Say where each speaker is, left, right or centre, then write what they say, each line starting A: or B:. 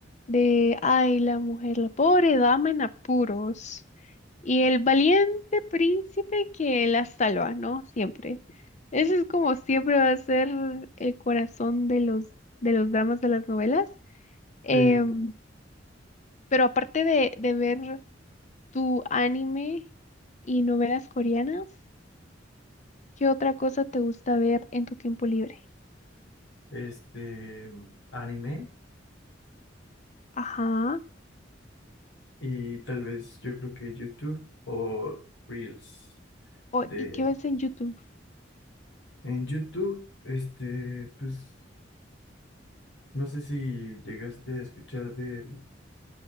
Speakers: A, on the left; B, on the left.
A: de, ay, la mujer, la pobre dama en apuros, y el valiente príncipe que la salva, ¿no? Siempre. Ese es como siempre va a ser el corazón de los, de los dramas de las novelas. Em,
B: Sí,
A: pero aparte de, de ver tu anime y novelas coreanas? ¿Qué otra cosa te gusta ver en tu tiempo libre?
B: este, anime
A: Ajá.
B: y tal vez yo creo que YouTube o Reels
A: O-
B: de
A: ¿y qué ves en YouTube?
B: en YouTube, este, pues no sé si llegaste a escuchar del